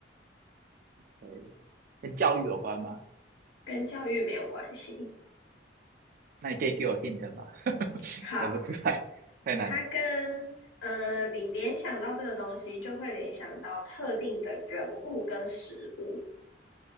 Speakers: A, on the right; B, on the left.
A: 呃跟教育有关吗？
B: 跟教育没有关系。
A: 那你可以给我 hint 吗？<laughs>
B: 好，
A: 猜不出来，太难了。
B: 它跟呃，你联想到这个东西，就会联想到特定的人物跟食物。